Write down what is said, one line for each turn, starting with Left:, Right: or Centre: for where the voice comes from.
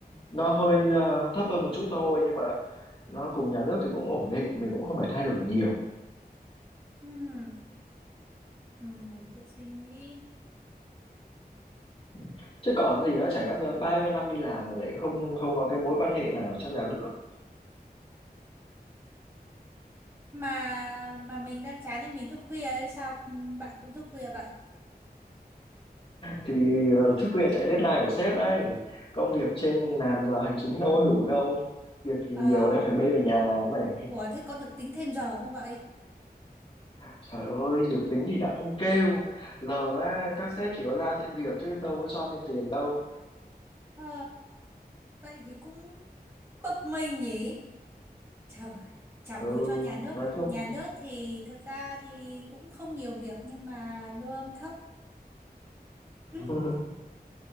Left: nó hơi ờ, thấp hơn một chút thôi nhưng mà nó cùng nhà nước thì cũng ổn định mình cũng không phải thay đổi nhiều
Right: Ừm, ừm, mình sẽ suy nghĩ
Left: Ừ. chứ còn gì nữa chả lẽ mà bao nhiêu năm đi làm mà lại không không có cái mối quan hệ nào trong nhà nước
Right: mà mà mình đang chán nên mình thức khuya ấy sao bạn cũng thức khuya vậy
Left: thì ờ, thức khuya chạy deadline của sếp đấy công việc trên làm giờ hành chính đâu có đủ đâu việc thì
Right: ờ
Left: nhiều nên phải bê về nhà làm này
Right: ủa thế có được tính thêm giờ không vậy
Left: Trời ơi, được tính thì đã không kêu. Giờ á, các sếp chỉ có giao thêm việc chứ đâu có cho thêm tiền đâu.
Right: ờ, vậy thì cũng bực mình nhỉ trời trả bù
Left: Ừ,
Right: cho nhà nước
Left: nói chung
Right: nhà nước thì thực ra thì cũng không nhiều việc nhưng mà lương thấp <laughs>
Left: <laughs>